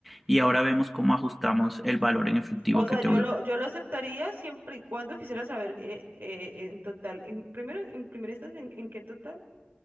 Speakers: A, in the centre; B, on the right (about 60°).
A: y ahora vemos cómo ajustamos el valor en efectivo
B: O sea,
A: que te
B: yo
A: voy
B: lo,
A: a
B: yo lo aceptaría siempre y cuando quisiera saber eh, eh, en total, en, primero, en primera instancia, en, en qué total,